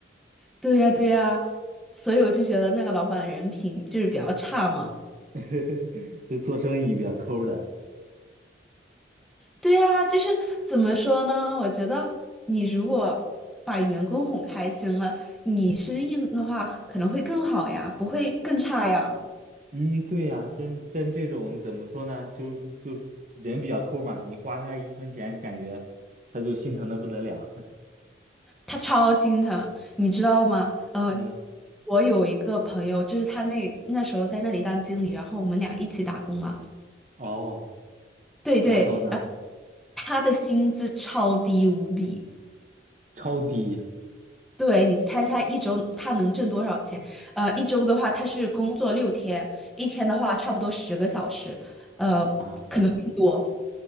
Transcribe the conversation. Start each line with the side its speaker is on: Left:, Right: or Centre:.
Centre: 对呀，对呀，所以我就觉得那个老板人品就是比较差嘛，
Right: <laughs> 就做生意比较抠的。
Centre: 对啊，就是怎么说呢？我觉得你如果把员工哄开心了，你生意的话可能会更好呀，不会更差呀。
Right: 嗯，对呀，真但这种怎么说呢？就就人比较抠嘛，你花他一分钱，感觉他就心疼的不得了。<laughs>
Centre: 他超心疼，你知道吗？呃，
Right: 嗯。
Centre: 我有一个朋友，就是他那那时候在那里当经理，然后我们俩一起打工嘛。
Right: 哦，
Centre: 对对，
Right: 然后呢？
Centre: 然后他的薪资超低无比。
Right: 超低
Centre: 对，你猜猜一周他能挣多少钱？呃，一周的话，他是工作六天，一天的话差不多十个小时，呃，
Right: 啊，
Centre: 可能更多。